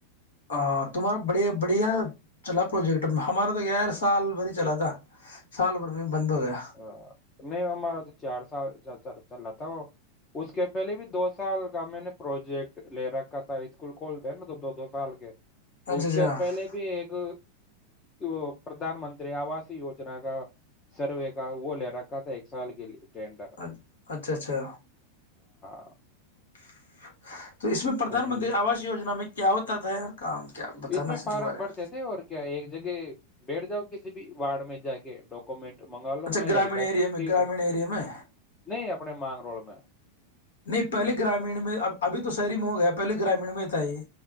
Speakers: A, on the left; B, on the left.
A: ہ تمہارا بڑے بڑھیا چلا پروجیکٹ ہمارا تو غیر سال بھر ہی چلا تھا سال بھر میں بند ہو گیا
B: ہاں نہیں ہمار تو چار سال چات چال چل رہا تھا وہ اس کے پہلے بھی دو سال کا میں نے پروجیکٹ لے رکھا تھا اسکول کھولتے نا تو دو دو سال کے
A: اچھا
B: اس کے
A: اچھا
B: پہلے بھی ایک پردھان منتری آوس یوجنا کا سروے وہ لے رکھا تھا ایک سال کے لیے ٹینڈر
A: اچھ اچھا اچھا
B: ہ
A: ج تو اس میں پردھان منتری
B: مل
A: آواس یجنا میں کیا ہوتا تھا یار کام کیا بتانا
B: اس میں فارم
A: کے بارے
B: بڑھتے
A: میں
B: تھے اور کیا ایک جگہ بیٹھ جاؤ کسی بھی وارڈ میں جا کے ڈاکومنٹ منگا لو
A: اچھا
B: وہیں
A: گرامیین
B: لگ جاتی
A: اییریا
B: ہے
A: میں
B: بھیڑ
A: گرامیین اییریا میں
B: نہیں اپنے مانگ روڈ میں
A: نہیں پہلے گرامیین میں اب ابھی تو شہری محم تو یہ پہے گرامیین میں ہی تھا ہی یہ